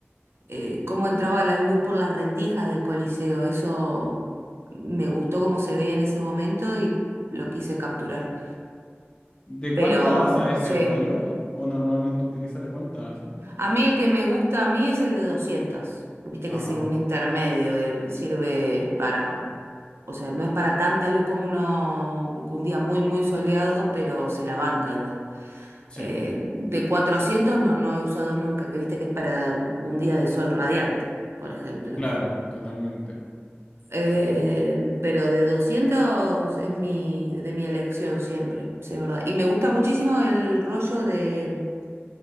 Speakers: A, on the right; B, on the left.
A: eh, cómo entraba la luz por las rendijas del Coliseo, eso me gustó cómo se veía en ese momento y lo quise capturar.
B: ¿De
A: Pero
B: cuánta asa ese
A: sí.
B: rollo o, o normalmente utilizas de cuánta asa?
A: A mí el que me gusta a mí es el de 200. Viste
B: Ajá,
A: que es un intermedio, eh, sirve para, o sea, no es para tanta luz como uno, un día muy, muy soleado, pero se la banca igual.
B: sí,
A: Eh, de 400 no, no he usado nunca, que viste que es para un día de sol radiante, por ejemplo.
B: claro, totalmente.
A: Eh,
B: Sí, sí.
A: pero de 200 es mi, de mi elección siempre, sí, es verdad. Y me gusta muchísimo el rollo de